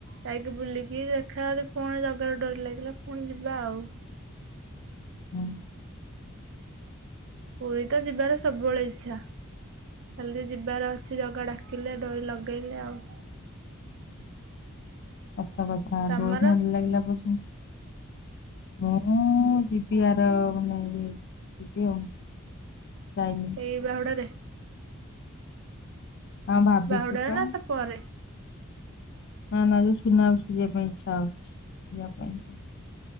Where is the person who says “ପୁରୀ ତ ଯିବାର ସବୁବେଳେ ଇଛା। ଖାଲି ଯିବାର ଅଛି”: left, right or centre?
Right